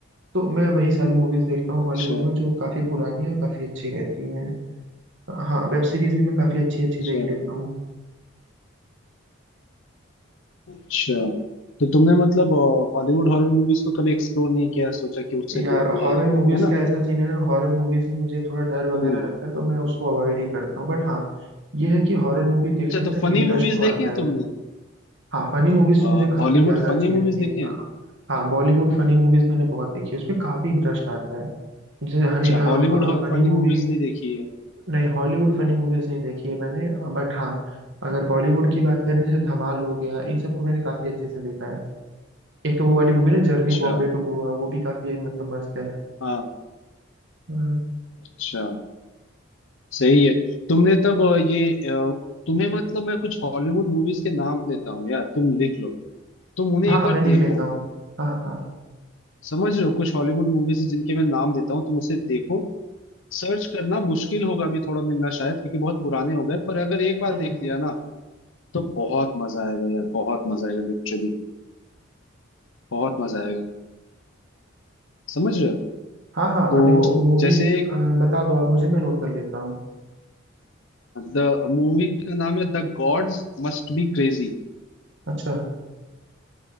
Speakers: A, on the right; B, on the left.
A: तो मैं वही सारी मूवीज देखता हूँ
B: अच्छा
A: हॉलीवुड में जो काफी पुरानी और काफी अच्छी रहती हैं हाँ वेब सीरीज भी मैं काफी अच्छी अच्छी
B: अच्छा
A: देख लेता हूँ
B: अच्छा तो तुमने मतलब हॉलीवुड हॉरर मूवीज को कभी एक्सप्लोर नहीं किया सोचा कि उसे
A: यार
B: देखो
A: हॉरर
B: या ये करो
A: मूवीज
B: है ना
A: का ऐसा सीन है ना हॉरर मूवीज में मुझे थोड़ा डर वगैरह
B: हम्म
A: लगता है तो मैं उसको अवॉइड ही करता हूँ बट हाँ ये है कि हॉरर मूवी देखने
B: अच्छा
A: में
B: तो
A: ना एक
B: फनी
A: इंटरेस्ट
B: मूवीज
A: तो
B: देखी
A: आता
B: है
A: है
B: तुमने
A: हाँ फनी मूवीज तो
B: हॉलीवुड
A: मुझे काफी ज्यादा
B: फनी
A: अच्छी लगती
B: मूवीज देखी
A: है
B: है
A: हाँ हाँ बॉलीवुड फनी मूवीज मैंने बहुत देखी है उसमें काफी इंटरेस्ट आता है जैसे हनी
B: अच्छा हॉलीवुड
A: फनी
B: फनी
A: मूवी
B: मूवीज नहीं देखी है
A: नहीं हॉलीवुड फनी मूवीज नहीं देखी है मैंने बट हाँ अगर बॉलीवुड की बात करें जैसे धमाल हो गया इन सबको मैंने काफी अच्छे से देखा है एक तो वो वाली मूवी ना जर्नी
B: अच्छा
A: बॉम्बे टू गोवा वो भी काफी मतलब मस्त है
B: हाँ
A: अ,
B: अच्छा सही है तुमने तब अ, ये अ, तुम्हें मतलब मैं कुछ हॉलीवुड मूवीज के नाम देता हूँ यार तुम लिख लो तुम उन्हें
A: हाँ
B: एक
A: हाँ
B: बार
A: मैं लिख
B: देखो
A: लेता हूँ हाँ हाँ हाँ
B: समझ रहे हो कुछ हॉलीवुड मूवीज है जिनके मैं नाम देता हूँ तुम उसे देखो सर्च करना मुश्किल होगा अभी थोड़ा मिलना शायद क्योंकि बहुत पुराने हो गए पर अगर एक बार
A: हम्म,
B: देख
A: हम्म।
B: लिया ना तो बहुत मजा आएगा यार बहुत मजा आएगा लिटरली बहुत मजा आएगा समझ रहे हो
A: हाँ हाँ
B: तो
A: और देखो मूवीज
B: जैसे
A: बता दो आप मुझे मैं नोट कर लेता हूँ
B: द मूवी का नाम है the gods must be crazy
A: अच्छा